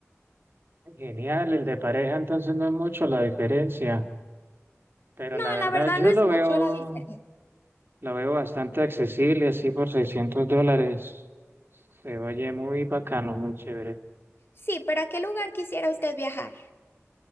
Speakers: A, on the right (about 50°); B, on the left (about 50°).
A: Genial, el de pareja entonces no es mucho la diferencia, pero
B: No,
A: la verdad
B: la verdad
A: yo
B: no es
A: lo
B: mucho
A: veo,
B: la diferencia.
A: lo veo bastante accesible, así por 600 dólares. Se oye muy bacano, muy chévere.
B: Sí, ¿para qué lugar quisiera usted viajar?